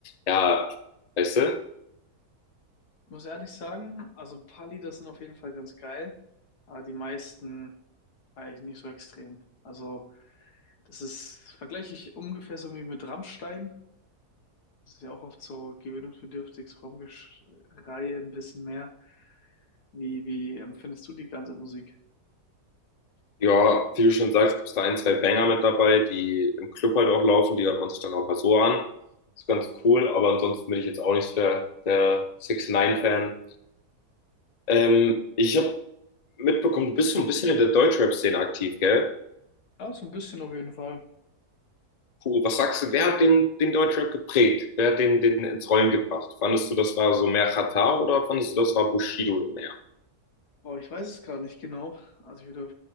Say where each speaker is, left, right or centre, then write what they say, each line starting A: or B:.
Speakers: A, on the left; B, on the left.
A: ja, weißt du?
B: muss ehrlich sagen, also ein paar Lieder sind auf jeden Fall ganz geil, aber die meisten war ich nicht so extrem. Also, das ist, vergleiche ich ungefähr so wie mit Rammstein. Das ist ja auch oft so gewöhnungsbedürftig, so Rumgeschreie ein bisschen mehr. Wie, wie empfindest du die ganze Musik?
A: Ja, wie du schon sagst, gibt's da ein, zwei Banger mit dabei, die im Club halt auch laufen, die hört man sich dann auch mal so an. Ist ganz cool, aber ansonsten bin ich jetzt auch nicht so der, der 6 ix fan Ähm, ich habe mitbekommen, du bist so ein bisschen in der Deutschrap-Szene aktiv, gell?
B: Ja, so ein bisschen auf jeden Fall.
A: Puh, was sagst du, wer hat den, den Deutschrap geprägt? Wer hat den, den ins Rollen gebracht? Fandest du, das war so mehr Xatar oder fandest du, das war Bushido mehr?
B: Oh, ich weiß es gerade nicht genau. Also ich würde,